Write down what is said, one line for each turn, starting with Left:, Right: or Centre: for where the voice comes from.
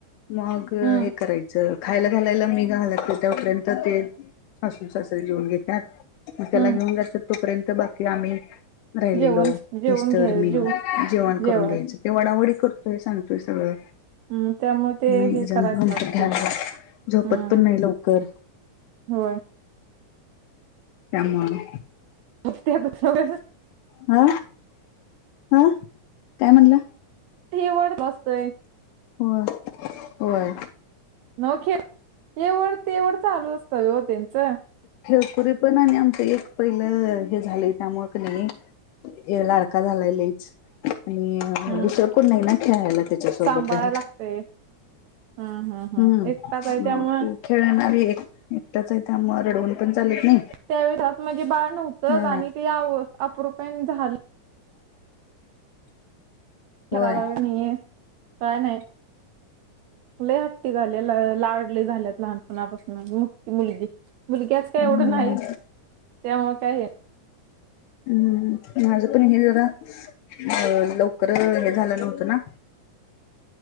Left: मंग
Right: हम्म
Left: हे करायचं. खायलां घालांयला मी घालते तोपर्यंत ते सासूू सासरे जेवूंन घेतात त्यांला
Right: हम्म
Left: घेऊनं जांतात तोपर्यंत बाकी आम्ही राहिलेलो
Right: जेवण जेवण
Left: मिस्टंर
Right: घ्याय
Left: मी
Right: जेव
Left: जेवणं करूंन
Right: जेवाय
Left: घ्यायचं? ते वडांवडी करतोय सांडतोय सगळं?
Right: हम्मं त्यामुळें ते
Left: मग एक
Right: हे
Left: जण
Right: करायचं
Left: नंतर
Right: लागते
Left: घ्यायला झोपत
Right: हम्मं
Left: पण नाही लवकर
Right: होय
Left: त्यामुळे
Right: <unintelligible>
Left: हा हा काय म्हणला
Right: <unintelligible>
Left: होय होय
Right: नव्ह खेळ हे वढ ते वढ चालू असतय ओ त्यांचं
Left: खिळकुरी पण आणि आमचं एक पहिलं हे झालंय त्यामुळ कनी ह्यो लाडका झालाय लईच आणि
Right: हम्म
Left: दुसरं कोण नाही ना खेळायला त्याच्यासोबत
Right: सांभाळायला
Left: घरात
Right: लागतंय हम्म हम्म
Left: हम्म
Right: एकटाच आहे त्यामुळे
Left: ते खेळणारी एक एकटाच आहे त्यामुळ रडवून पण चालत नाही
Right: त्यावेळेस घरात म्हणजे बाळ नव्हतंच
Left: होय
Right: आणि तेव्हा अपरु कायन झालंच
Left: होय
Right: करायला वेळ नाहीये काय नाही लय हट्टी झाली आहे लाड लय झाल्यात लहानपणापासून मोठी मुलगी मुलग्याच काय
Left: हम्म
Right: एवढं नाही त्यामुळ काय हे
Left: हम्म माझं पण हे जरा अ लवकर हे झालं नव्हतं ना